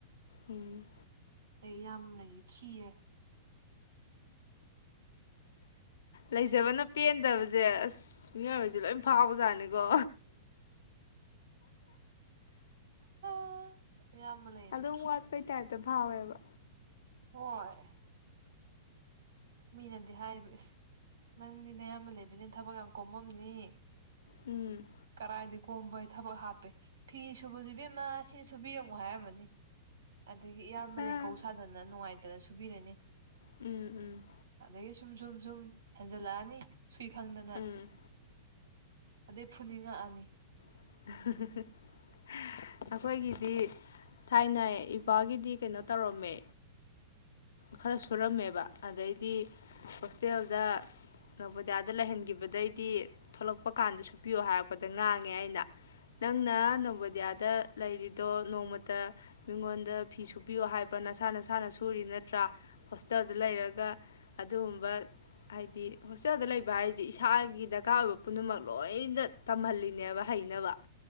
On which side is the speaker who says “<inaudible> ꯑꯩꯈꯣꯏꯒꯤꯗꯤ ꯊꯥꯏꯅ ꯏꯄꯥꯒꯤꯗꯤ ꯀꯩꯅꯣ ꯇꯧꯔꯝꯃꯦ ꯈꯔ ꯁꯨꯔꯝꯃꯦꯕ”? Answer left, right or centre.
Left